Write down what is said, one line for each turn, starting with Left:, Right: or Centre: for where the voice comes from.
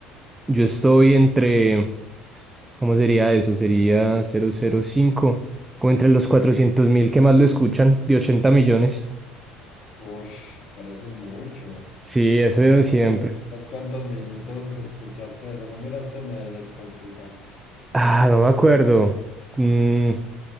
Right: yo estoy entre... ¿Cómo sería eso? Sería cero cero cinco. como entre los cuatrocientos mil que más lo escuchan, de 80 millones.
Left: Ush, pero eso es mucho.
Right: Sí, eso
Left: Entonces,
Right: veo siempre.
Left: ¿vos, vos cuántos minutos escuchaste eso? ¿No miraste en el Spotify?
Right: Ah, no me acuerdo. Mm,